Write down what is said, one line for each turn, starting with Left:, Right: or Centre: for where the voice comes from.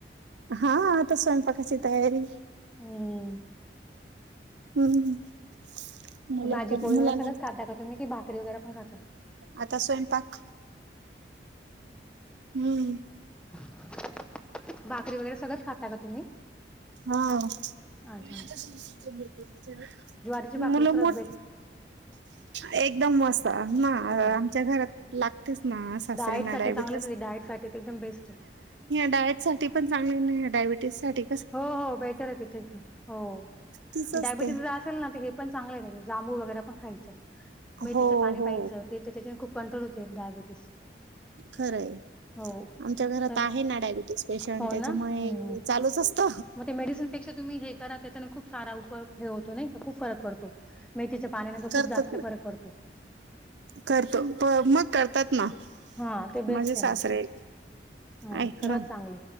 Right: हा आता स्वयंपाकाची तयारी
Centre: हम्म
Right: हम्म्म मुलं
Centre: भाजी
Right: पण
Centre: पोळी
Right: मुलाना
Centre: वगैरे सगळंच खाता का तुम्ही की भाकरी वगैरे पण खाता?
Right: आता स्वयंपाक हम्म
Centre: भाकरी वगैरे सगळंच खाता का तुम्ही
Right: हा
Centre: अच्छा,
Right: ी आ
Centre: अच्छा. ज्वारीची भाकरी
Right: मुलंमोट
Centre: सर्वात बेस्ट.
Right: एकदम मसा ना
Centre: हं.
Right: आमच्या घरात लागतेच ना अस सासऱ्यांना
Centre: डाएट साठी
Right: डायबिट
Centre: चांगलीच आहे डाएट साठी तर एकदम बेस्ट आहे.
Right: डायट साठी पण चांगले नाही ायबिटीससाठी
Centre: हो हो बेटर आहे तिथे हो
Right: तीच असते
Centre: डायबिटीस ज असेल ना हे पण चांगलं आहे जांबू वगैरे पण खायच्या मग
Right: हो
Centre: तिथं पाणी
Right: हो
Centre: पायचं तिथ त्याच्या खूप कंट्रोल होते डायबिटीस
Right: खरंय
Centre: हो.
Right: आमच्या घरात
Centre: तर
Right: आहे ना डायबिटीस पेशंट
Centre: हो
Right: त्याच्यामुळे
Centre: ना? हं.
Right: चालू तस्त
Centre: मग ते मेडिसिनपेक्षा तुम्ही हे करा त्या खूप सारा उपयग हे होतो नाही का खूप फरकपडतो मेतीच्या पाण
Right: करतात
Centre: खूप जास्त फरक पडतो
Right: करतो प मग करतात ना
Centre: हां, ते बेस्ट
Right: माझे
Centre: आहे
Right: सासरे
Centre: मग. हां,
Right: आहेत
Centre: सर्वात
Right: ना
Centre: चांगले